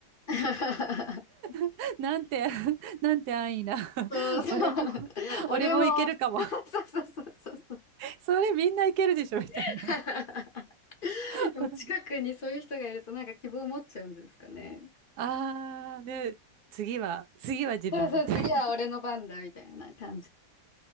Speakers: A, on the left; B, on the right.
A: <laughs>
B: <laughs> なんて、<laughs> なんて安易な。
A: そう、
B: <laughs>
A: そうなんだ。
B: 俺も、
A: 俺も、
B: 俺もいけるかも。
A: <laughs> そうそうそうそうそう。
B: <laughs> それみんないけるでしょ、みたいな。
A: <laughs>
B: <laughs>
A: でも近くにそういう人がいるとなんか希望を持っちゃうんですかね。
B: ああ、で、次は、次は自分みたいな。
A: そうそう、次は俺の番だみたいな感じ。